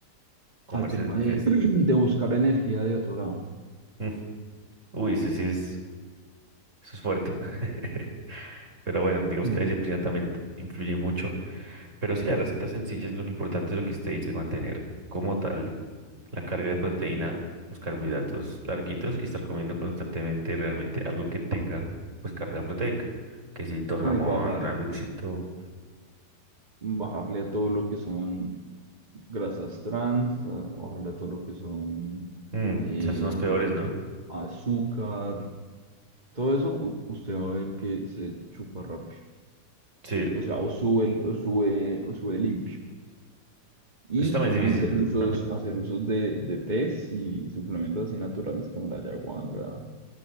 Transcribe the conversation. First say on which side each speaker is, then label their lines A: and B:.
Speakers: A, on the right; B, on the right.
A: comerse
B: al tema
A: lo que
B: de,
A: es.
B: <clears throat> de buscar energía de otro lado.
A: Mm, Uy, sí, sí es, eso es fuerte. <laughs> Pero bueno, digamos
B: Mm.
A: que la disciplina también influye mucho. Pero sí, la receta sencilla es lo que importante, es lo que usted dice, mantener como tal la carga de proteína, los carbohidratos larguitos y estar comiendo constantemente realmente algo que tenga pues carga proteica. Quesito, jamón,
B: No, y bajar,
A: randuchito.
B: bajarle a todo lo que son grasas trans, a- bajarle a todo lo que son
A: Mm,
B: eh,
A: esas son las peores, ¿no?
B: azúcar, Todo eso u- usted va a ver que se chupa rápido.
A: Sí,
B: O sea, o sube, el- o sube, o sube limpio. Y
A: eso también es
B: hacer
A: difícil.
B: usos,
A: <laughs>
B: hacer usos de, de tés y suplementos así naturales como la ayahuasca,